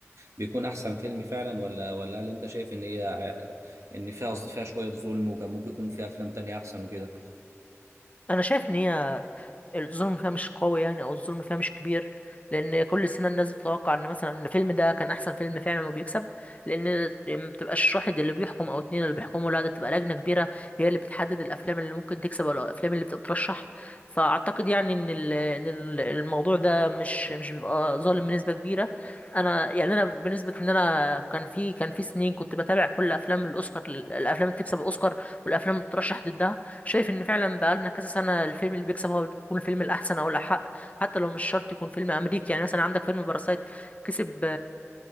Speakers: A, on the right; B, on the left.
A: بيكون احسن فيلم فعلا ولا ولا هل انت شايف ان هي ان فيها فيها شوية ظلم وكان ممكن يكون فيها افلام تانية احسن وكده
B: أنا شايف إن هي الظلم فيها مش قوي يعني او الظلم فيها مش كبير لان كل سنه الناس بتتوقع ان مثلا ان الفيلم ده كان احسن فيلم فعلا وبيكسب لان ما بتبقاش واحد اللي بيحكم او اتنين اللي بيحكموا لا ده بتبقى لجنه كبيره هي اللي بتحدد الافلام اللي ممكن تكسب او الافلام اللي بتترشح فاعتقد يعني ان ال- ان ال- الموضوع ده مش مش بيبقى ظالم بنسبه كبيره انا يعني انا بالنسبه ان انا كان في كان في سنين كنت بتابع كل افلام الاوسكار الافلام اللي بتكسب الاوسكار والافلام اللي بتترشح ضدها شايف ان فعلا بقالنا كذا سنه الفيلم اللي بيكسب هو بيكون الفيلم الاحسن او الاحق حتى لو مش شرط يكون فيلم امريكي يعني مثلا عندك فيلم باراسايت كسب